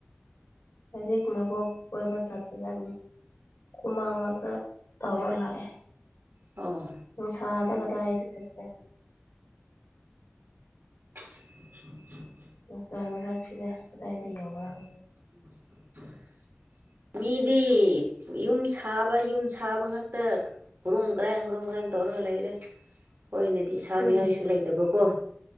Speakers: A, on the left (about 75°); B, on the right (about 60°).
A: ꯍꯧꯖꯤꯛ ꯃꯕꯣꯛ ꯀꯣꯏꯕ ꯆꯠꯄꯖꯅꯤ ꯍꯨꯃꯥꯡ ꯉꯥꯛꯇ ꯇꯧꯔ ꯂꯥꯛꯑꯦ
B: ꯑꯣ
A: ꯅꯨꯡꯁꯥꯗ ꯀꯗꯥꯏꯗ ꯆꯠꯀꯦ
B: <inaudible>
A: ꯃꯆꯥ ꯃꯔꯛꯁꯤꯗꯤ ꯀꯗꯥꯏꯗ ꯌꯥꯎꯕ꯭ꯔꯥ ꯍꯪ
B: <inaudible> ꯃꯤꯗꯤ ꯌꯨꯝ ꯁꯥꯕ ꯌꯨꯝ ꯁꯥꯕ ꯉꯥꯛꯇ ꯒ꯭ꯔꯨꯝ ꯒ꯭ꯔꯦꯡ ꯒ꯭ꯔꯨꯝ ꯒ꯭ꯔꯦꯡ ꯇꯧꯔꯒ ꯂꯩꯔꯦ꯫ ꯈꫭꯏꯅꯗꯤ ꯁꯥꯅꯤꯡꯉꯥꯏꯁꯨ
A: ꯎꯝ
B: ꯂꯩꯇꯕꯀꯣ